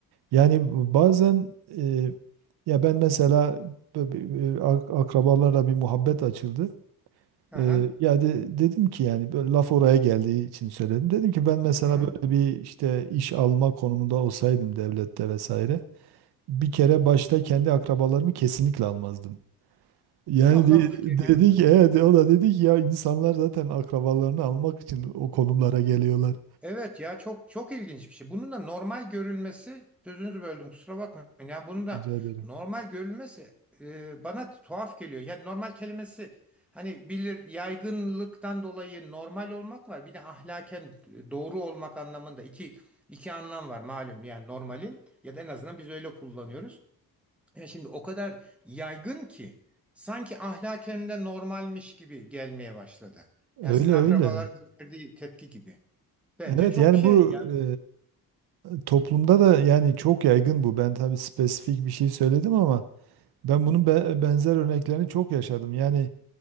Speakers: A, on the right; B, in the centre.
A: Yani bazen e, ya ben mesela b- b- e, ak- akrabalarla bir muhabbet açıldı.
B: Aha.
A: E, ya de- dedim ki yani böyle laf oraya geldiği için söyledim. Dedim ki ben mesela
B: Hı hı.
A: böyle bir işte iş alma konumunda olsaydım devlette vesaire bir kere başta kendi akrabalarımı kesinlikle almazdım. Yani
B: Tam
A: de,
B: da bu fikirdeyim
A: dedik,
B: hocam.
A: evet o da dedi ki ya insanlar zaten akrabalarını almak için o konumlara geliyorlar.
B: Evet ya çok çok ilginç bir şey. Bunun da normal görülmesi sözünüzü böldüm kusura bakmayın. Yani bunun da
A: Rica ederim.
B: normal görülmesi e, bana tuhaf geliyor. Yani normal kelimesi hani bilir yaygınlıktan dolayı normal olmak var. Bir de ahlaken e, doğru olmak anlamında iki iki anlam var malum. Yani normalin ya da en azından biz öyle kullanıyoruz. Yani şimdi o kadar yaygın ki sanki ahlaken de normalmiş gibi gelmeye başladı.
A: Öyle
B: Yani sizin akrabalarınızın
A: öyle.
B: verdiği tepki gibi. Bence
A: Evet
B: çok
A: yani
B: şey
A: bu
B: yani
A: e, toplumda da yani çok yaygın bu. Ben tabii spesifik bir şey söyledim ama ben bunun be- benzer örneklerini çok yaşadım. Yani